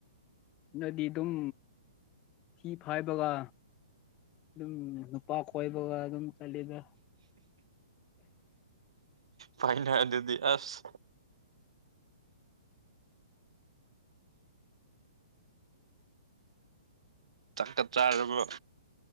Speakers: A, on the left; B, on the right.
A: ꯅꯣꯏꯗꯤ ꯑꯗꯨꯝ ꯊꯤ ꯐꯥꯏꯕꯒ ꯑꯗꯨꯝ ꯅꯨꯄꯥ ꯀꯣꯏꯕꯒ ꯑꯗꯨꯝ ꯆꯠꯂꯤꯗ
B: ꯐꯥꯏꯅ ꯑꯗꯨꯗꯤ ꯑꯁ ꯆꯥꯛꯀ ꯆꯥꯔꯕꯣ